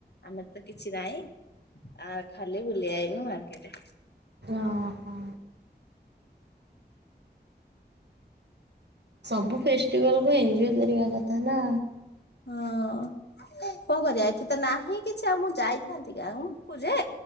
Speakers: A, on the left; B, on the right.
A: ଆମର ତ କିଛି ନାହିଁ ଆ ଖାଲି ବୁଲି ଆଇନୁ ମାର୍କେଟ।
B: ଓହୋ ସବୁ ଫେଷ୍ଟିଭାଲକୁ ଏଞ୍ଜୟ୍ କରିବା କଥା ନା
A: ହଁ କଣ କରିବା ଏଠି ତ ନାହିଁ କିଛି ଆଉ ମୁଁ ଯାଇଥାନ୍ତି ଗାଁ କୁ କହୁ ଯେ